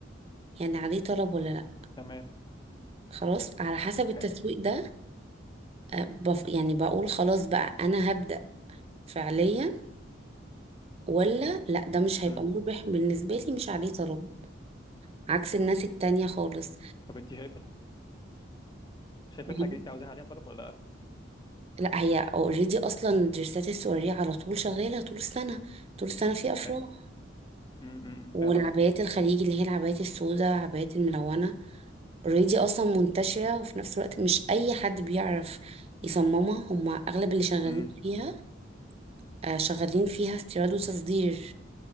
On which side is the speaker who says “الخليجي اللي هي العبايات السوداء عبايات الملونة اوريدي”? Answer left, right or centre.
Right